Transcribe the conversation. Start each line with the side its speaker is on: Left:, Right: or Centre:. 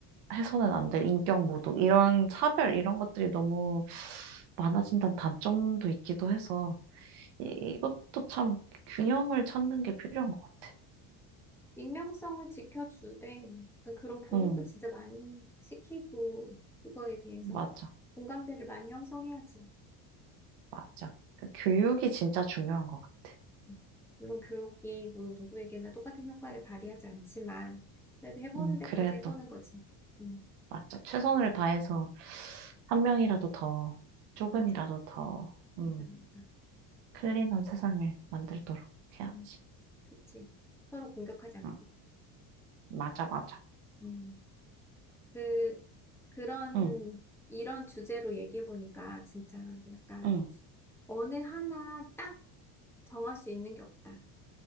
Right: 해서는 안 될 인격 모독, 이런 차별, 이런 것들이 너무 많아진다는 단점도 있기도 해서, 이, 이것도 참 균형을 찾는 게 필요한 것 같아.
Centre: 익명성을 지켜주되 그런 교육을
Right: 응,
Centre: 진짜 많이 시키고 그거에 대해서
Right: 맞아,
Centre: 공감대를 많이 형성해야지.
Right: 맞아. 그 교육이 진짜 중요한 것 같아.
Centre: 음. 물론 교육이 뭐 누구에게나 똑같은 효과를 발휘하지 않지만 그래도 해보는
Right: 음,
Centre: 데까지
Right: 그래도.
Centre: 해보는 거지. 음,
Right: 맞아. 최선을 다해서 한 명이라도 더, 조금이라도
Centre: 맞아,
Right: 더, 음,
Centre: 맞아, 맞아.
Right: 클린한 세상을 만들도록 해야지.
Centre: 음, 그치. 서로 공격하지 않고.
Right: 응, 맞아, 맞아.
Centre: 음, 그 그런
Right: 응,
Centre: 이런 주제로 얘기해 보니까 진짜 약간
Right: 응.
Centre: 어느 하나 딱 정할 수 있는 게 없다.